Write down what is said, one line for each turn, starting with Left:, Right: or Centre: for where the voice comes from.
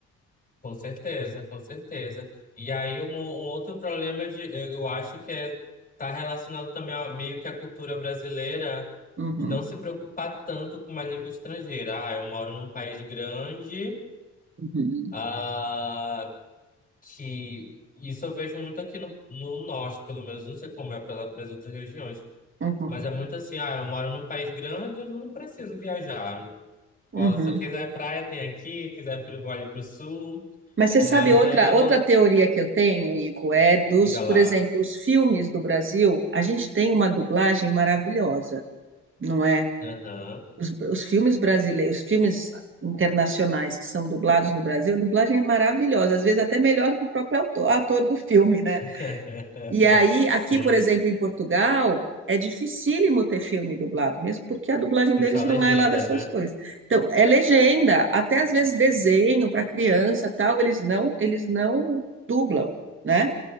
Left: Com certeza, com certeza. E aí, um, um outro problema de, eu acho que é tá relacionado também a, meio que à cultura brasileira
Right: Uhum,
Left: de não se preocupar tanto com uma língua estrangeira. Ah, eu moro num país grande,
Right: uhum,
Left: ah, que isso eu vejo muito aqui no, no norte, pelo menos, não sei como é pela, para outras regiões,
Right: uhum,
Left: mas é muito assim, ah, eu moro num país grande, eu não preciso viajar.
Right: uhum.
Left: Se eu quiser praia, tem aqui, quiser frio, vou ali pro sul.
Right: Mas você
Left: Mas
Right: sabe outra,
Left: aí não,
Right: outra teoria que eu tenho, Ivo, é dos,
Left: Diga
Right: por
Left: lá.
Right: exemplo, os filmes do Brasil, a gente tem uma dublagem maravilhosa, não é?
Left: Aham.
Right: Os, os filmes brasileiros, os filmes internacionais que são dublados no Brasil, a dublagem é maravilhosa, às vezes até melhor que o próprio autor- ator do filme, né?
Left: <laughs>
Right: E aí, aqui,
Left: Sim.
Right: por exemplo, em Portugal, é dificílimo ter filme dublado, mesmo porque a dublagem
Left: Tem
Right: deles
Left: só a legenda,
Right: não é lá dessas
Left: né?
Right: coisas. Então, é legenda, até às vezes desenho para criança, tal, eles não, eles não dublam, né?